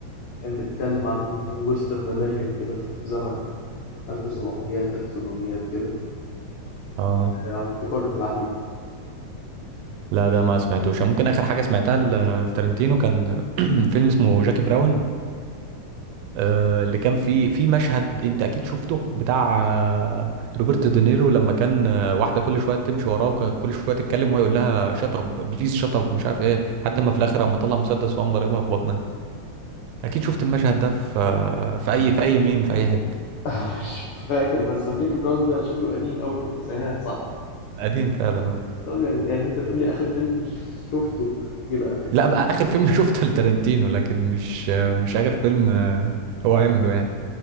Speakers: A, on the left; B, on the right.
A: كان بيتكلم عن ويسترن امريكان كده في زمن 1700 1800 كده
B: اه
A: عن تجارة العبيد
B: لا ده ما سمعتوش ممكن اخر حاجه سمعتها ل- لتارنتينو كان <clears throat> فيلم اسمه جاكي براون آه، اللي كان فيه في مشهد انت اكيد شفته بتاع آه، روبرت دينيرو لما كان آه، واحده كل شويه تمشي وراه وكل شويه تتكلم وهو يقول لها شط اب بليز شط اب مش عارف ايه لحد ما في الاخر قام مطلع مسدس وقام ضاربها في بطنها اكيد شفت المشهد ده في آه، في اي في اي ميم في اي حته
A: <laughs> مش فاكر بس هو جاكي براون ده شكله قديم قوي في التسعينات صح؟
B: قديم فعلا آه.
A: طب يعني, يعني انت تقول لي اخر فيلم شفته يبقى في
B: لا بقى اخر فيلم <laughs> شفته لتارنتينو لكن مش آه، مش اخر فيلم آه، هو عمله يعني